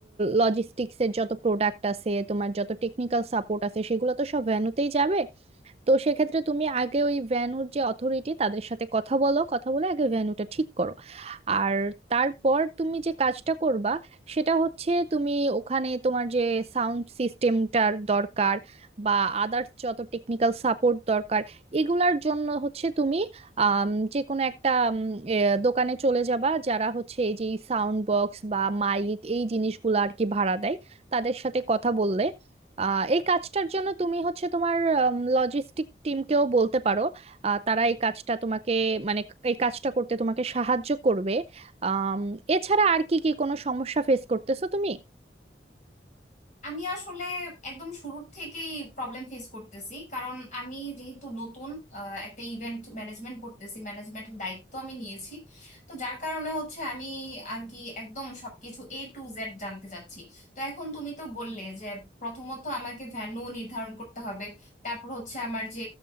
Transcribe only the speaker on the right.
লজিস্টিক্সের যত প্রোডাক্ট আছে তোমার যত টেকনিক্যাল সাপোর্ট আছে সেগুলো তো সব ভ্যানুতেই যাবে তো সেক্ষেত্রে তুমি আগে ওই ভেন্যুর যে অথরিটি তাদের সাথে কথা বলো কথা বলে আগে ভেন্যুটা ঠিক করো আর তারপর তুমি যে কাজটা করবা সেটা হচ্ছে তুমি ওখানে তোমার যে সাউন্ড সিস্টেমটার দরকার বা আদার্স যত টেকনিক্যাল সাপোর্ট দরকার এগুলার জন্য হচ্ছে তুমি আম, যে কোনো একটা উম, এ, দোকানে চলে যাবা যারা হচ্ছে এই যে সাউন্ড বক্স বা মাইক এই জিনিসগুলো আর কি ভাড়া দেয় তাদের সাথে কথা বললে আহ এই কাজটার জন্য তুমি হচ্ছে তোমার লজিস্টিক টিমকেও বলতে পারো আহ, তারা এই কাজটা তোমাকে মানে এই কাজটা করতে তোমাকে সাহায্য করবে আম, এছাড়া আর কি কি কোনো সমস্যা ফেস করতেছো তুমি